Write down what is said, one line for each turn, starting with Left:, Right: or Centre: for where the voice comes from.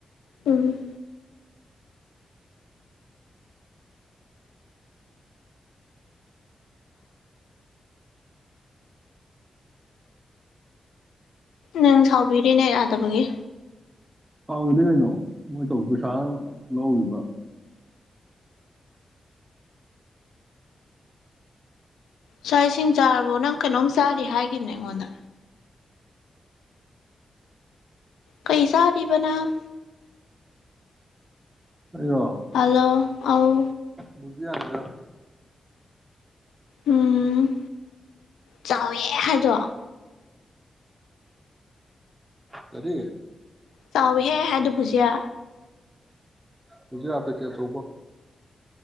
Left: ꯎꯝ ꯅꯪ ꯁꯥꯎꯕꯤꯔꯦꯅꯦ ꯅꯦꯠ ꯌꯥꯗꯕꯒꯤ
Right: ꯁꯥꯎꯗ꯭ꯔꯗꯤ ꯀꯩꯅꯣ ꯃꯣꯏ ꯇꯧꯕ ꯄꯩꯁꯥꯅ ꯃꯔꯣꯜ ꯑꯃ ꯂꯧꯔꯤꯕ
Left: ꯆꯥꯛ ꯏꯁꯤꯡ ꯆꯥꯔꯕꯣ ꯅꯪ ꯀꯩꯅꯣꯝ ꯆꯥꯔꯤ ꯍꯥꯏꯈꯤꯕꯅꯦ ꯑꯩꯉꯣꯟꯗ ꯀꯩ ꯆꯥꯔꯤꯕ ꯅꯪ
Right: ꯑꯩꯔꯣ
Left: ꯍꯥꯂꯣ ꯑꯧ
Right: ꯕꯨꯖꯤꯌꯥꯅꯤꯗ
Left: ꯎꯝ ꯆꯥꯎꯋꯦ ꯍꯥꯏꯗꯣ
Right: ꯀꯔꯤ
Left: ꯆꯥꯎ ꯋꯤꯍꯦ ꯍꯥꯏꯗꯨ ꯕꯨꯖꯤꯌꯥ
Right: ꯕꯨꯖꯤꯌꯥ ꯄꯦꯛꯀꯦꯠ ꯑꯆꯧꯕ